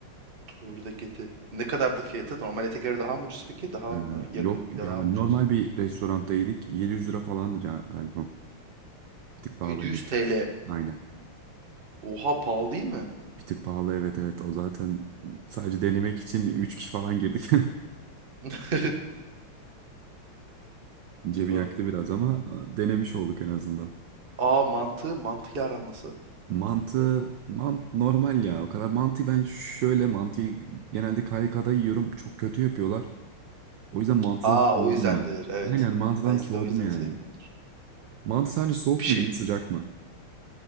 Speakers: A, on the right; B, on the right.
A: Buradaki eti. Ne kadardı fiyatı? Normal ete göre daha mı ucuz peki? Daha
B: E,
A: mı yakın
B: yok
A: ya
B: yani
A: daha mı ucuz?
B: normal bir restoranda yedik. 700 lira falandı ca- galiba. Bir tık pahalıydı.
A: 700 TL.
B: Aynen.
A: Oha pahalı değil mi?
B: Bir tık pahalı evet evet. O zaten sadece denemek için 3 kişi falan girdik.
A: <laughs>
B: <laughs> Cebi
A: Aa
B: yaktı biraz ama e, denemiş olduk en azından.
A: Aa, mantığı mantığı aran nasıl?
B: Mantı mant normal ya. O kadar mantı ben şöyle mantıyı genelde KYK'da yiyorum. Çok kötü yapıyorlar. O yüzden mantıdan
A: Aa
B: soğudum
A: o yüzdendir.
B: ben.
A: Evet.
B: Aynen mantıdan
A: Belki
B: soğudum
A: de o yüzden
B: yani.
A: sevmiyordur.
B: Mantı sadece soğuk
A: Bir şey
B: mu yenir sıcak mı?